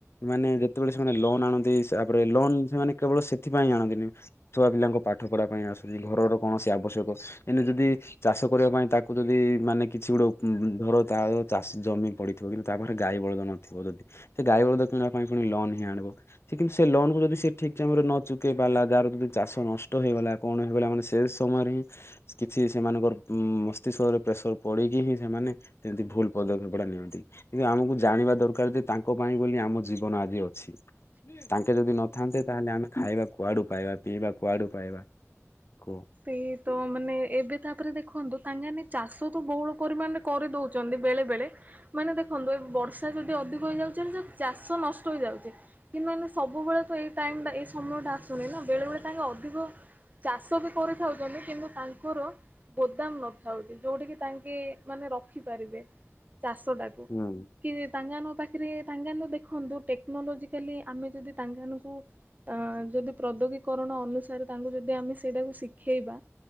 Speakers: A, on the left (about 55°); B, on the right (about 35°).
A: ମାନେ ଯେତେବେଳେ ସେମାନେ ଲୋନ୍ ଆଣନ୍ତି ସା ରେ ଲୋନ ସେମାନେ କେବଳ ସେଥିପାଇଁ ଆଣନ୍ତିନି। ଛୁଆ ପିଲାଙ୍କୁ ପାଠ ପଢା ପାଇଁ ଆସୁଛି। ଘରର କୌଣସି ଆବଶ୍ୟକ ଏଇନା ଯଦି ଚାଷ କରିବା ପାଇଁ ତାକୁ ଯଦି ମାନେ କିଛି ଗୋଟେ ଉ-ଉ-ଉ-ମ୍ ଧର ତା ଚାଷ ଜମି ପଡି ଥିବ କିନ୍ତୁ ତାପରେ ଗାଈ ବଳଦ ନଥିବ ଯଦି ସେ ଗାଈ ବଳଦ କିଣିବା ପାଇଁ ପୁଣି ଲୋନ ହିଁ ଆଣିବ ସେ କି ସେ ଲୋନକୁ ଯଦି ଠିକ୍ ଟାଇମ ରେ ନ ଚୁକେଇ ପାରିଲା ଯାହାର ଯଦି ଚାଷ ନଷ୍ଟ ହେଇଗଲା କଣ ହେଇଗଲା ମାନେ ସେ ସମୟରେ ହିଁ କିଛି ସେମାନଙ୍କର ମ୍-ମ୍-ମ୍ ମସ୍ତିଷ୍କରେ ପ୍ରେସର ପଡିକି ହିଁ ସେମାନେ ଏମିତି ଭୁଲ ପଦକ୍ଷେପଟା ନିଅନ୍ତି। କିନ୍ତୁ ଆମକୁ ଜାଣିବା ଦରକାର ଯେ ତାଙ୍କ ପାଇଁ ବୋଲି ଆମ ଜୀବନ ଆଜି ଅଛି।
B: ହ <unintelligible>
A: ତାଙ୍କେ ଯଦି ନଥାନ୍ତେ ତାହେଲେ ଆମେ ଖାଇବା କୁଆଡୁ ପାଇବା, ପିଇବା କୁଆଡୁ ପାଇବା କୁହ।
B: ସେ ତ ମାନେ ଏବେ ତାପରେ ଦେଖନ୍ତୁ ତାଙ୍କାନ ଚାଷ କୁ ବହୁଳ ପରିମାଣରେ କରିଦଉଛନ୍ତି ବେଳେ ବେଳେ। ମାନେ ଦେଖନ୍ତୁ ଏ ବର୍ଷା ଯଦି ଅଧିକ ହେଇଯାଉଛି ଯେ ଚାଷ ନଷ୍ଟ ହେଇଯାଉଛି। କିନ୍ତୁ ମାନେ ସବୁବେଳେ ତ ଏଇ ଟାଇମ ଟା ଏଇ ସମୟ ଟା ଆସୁନି ନା ବେଳେବେଳେ ତାଙ୍କେ ଅଧିକ ଚାଷ ବି କରିଥାଉଛନ୍ତି କିନ୍ତୁ ତାଙ୍କର ଗୋଦାମ ନଥାଉଛି ଯୋଉଟା କିି ତାଙ୍କେ ମାନେ ରଖିପାରିବେ ଚାଷ ଟାକୁ।
A: ହୁଁ
B: ତ <unintelligible> କି ତାଙ୍ଗାନ ପାଖରେ ତାଙ୍ଗାନ ଦେଖନ୍ତୁ ଟେକ୍ନୋଲୋଜିକାଲି ଆମେ ଯଦି ତାଙ୍ଗାନକୁ ଅ ଯଦି ପ୍ରଦ୍ୟୋଗୀକରଣ ଅନୁସାରେ ତାଙ୍କୁ ଯଦି ଆମେ ସେଇଟାକୁ ଶିଖେଇବା